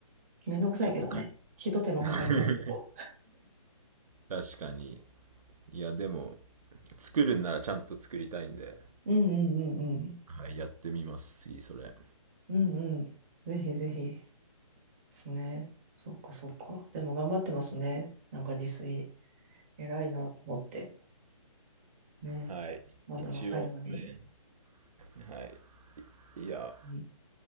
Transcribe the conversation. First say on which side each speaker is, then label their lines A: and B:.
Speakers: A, on the right (about 25°); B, on the right (about 85°).
A: う。めんどくさいけどね。
B: ちょっとかい。
A: ひと手間かかりますけど。
B: <laughs> 確かに。いや、でも、作るんならちゃんと作りたいんで、
A: うんうんうんうん。
B: はい、やってみます、次、それ。
A: うんうん。ぜひぜひ。ですね。そっかそっか。でも頑張ってますね。なんか自炊。偉いなと思って。ね。
B: はい。
A: まだ若いのに。
B: 一応ね、はい。いや、
A: うん